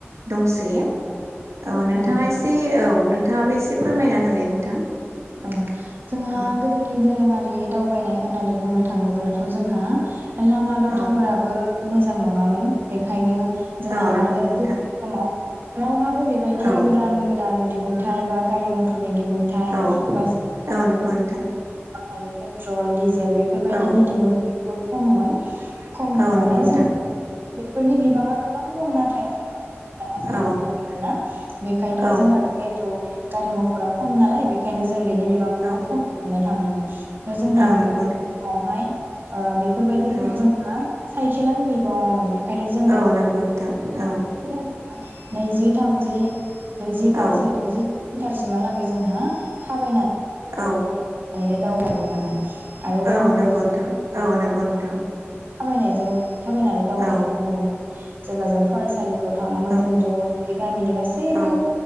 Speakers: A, on the right; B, on the right.
A: दंसै। औ नोंथाङा
B: नंगौ
A: एसे औ। नोंथाङाबो एसे फोरमायना होलाय नोंथां?
B: औ जोंहा
A: औ
B: गोदोनि दोरोङारि दावबायनाय होननानै बुंनो थाङोब्लाथ' जोंहा लामा दथाफोराबो
A: औ
B: मोजां नङामोन बेखायनो जोंहा
A: औ नंगौ
B: आरो
A: नोंथां
B: गोदोनि समाव रावहाबो बेबायदि
A: औ
B: गोदान गोदान दिहुनथायाइ बा गारि मथरनि दिहुुन थाइ
A: औ
B: <inaudible>
A: औ नंगौ नोंथां
B: पेट्र'ल दिजेल' जेल बेफोरबायदिनि
A: औ
B: दिहुन खममोन। खममोन
A: औ
B: माने
A: नंगौ नोंथां
B: जों बेफोरनि बिबाङा गोबां दं नाथाय जों आरोना
A: औ
B: बेखायनो
A: औ
B: जोंहा जिहेथु <inaudible> गारि मथरा खम नालाय बे बेखायनो जों बेनि बिबांखौबो
A: औ
B: खम मोननो थाङोमोन। दा जोंहा
A: औ नंगौ
B: गो गावहाय ओ बेफोरबायदि
A: औ
B: जोंहा साइकेलानो गैबावामोन बेखायनो जोंहा
A: औ नंगौ नोंथां औ
B: नैजि थामजि ब्रैजि बाजि
A: औ
B: द'जि मिटारसिमहालागै जोंहा थाबायनाय
A: औ।
B: हहहनैनो दावबायनो मोनाहाय आरो
A: औ
B: जोंबो
A: नंगौ नोंथां औ नंगौ नोंथां।
B: खामायनायजों थाबायनानै दावबायनायखौ
A: औ
B: मोनबो जेब्ला जों फरायसालि व थाङोमोन
A: औ
B: जों ज' ज'यै गामिनि गासैबो
A: औ